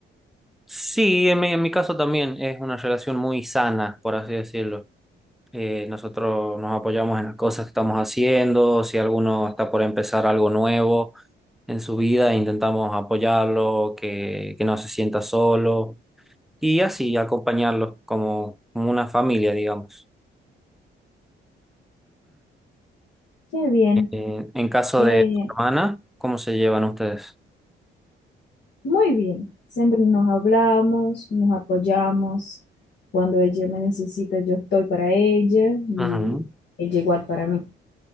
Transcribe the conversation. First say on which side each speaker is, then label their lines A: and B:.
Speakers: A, in the centre; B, on the left.
A: Sí, en mi, en mi caso también es una relación muy sana, por así decirlo. Eh, nosotros nos apoyamos en las cosas que estamos haciendo, si alguno está por empezar algo nuevo en su vida, intentamos apoyarlo, que, que no se sienta solo y así acompañarlo como, como una familia, digamos.
B: Qué bien,
A: Eh, en caso
B: eh,
A: de tu hermana, ¿cómo se llevan ustedes?
B: muy bien. Siempre nos hablamos, nos apoyamos. Cuando ella me necesita, yo estoy para ella y
A: Ujú.
B: ella igual para mí.